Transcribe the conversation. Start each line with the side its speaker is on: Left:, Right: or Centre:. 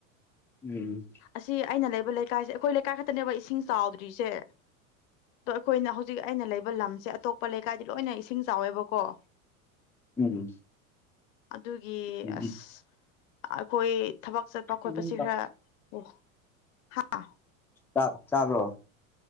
Centre: ꯎꯝ
Left: ꯑꯁꯤ ꯑꯩꯅ ꯂꯩꯕ ꯂꯩꯀꯥꯏꯁꯦ ꯑꯩꯈꯣꯏ ꯂꯩꯀꯥꯏ ꯈꯛꯇꯅꯦꯕ ꯏꯁꯤꯡ ꯆꯥꯎꯗ꯭ꯔꯤꯁꯦ ꯑꯗꯣ ꯑꯩꯈꯣꯏꯅ ꯍꯧꯖꯤꯛ ꯑꯩꯅ ꯂꯩꯕ ꯂꯝꯁꯦ ꯑꯇꯣꯞꯄ ꯂꯩꯀꯥꯏꯗꯤ ꯂꯣꯏꯅ ꯏꯁꯤꯡ ꯆꯥꯎꯋꯦꯕꯀꯣ
Centre: ꯎꯝ
Left: ꯑꯗꯨꯒꯤ
Centre: ꯎꯝ
Left: ꯑꯁ ꯑꯩꯈꯣꯏ ꯊꯕꯛ ꯆꯠ ꯄ ꯈꯣꯠꯄꯁꯤ
Centre: ꯑꯗꯨꯝ
Left: ꯈꯔ ꯑꯣ ꯍꯥ
Centre: ꯆꯥꯛ ꯆꯥꯕ꯭ꯔꯣ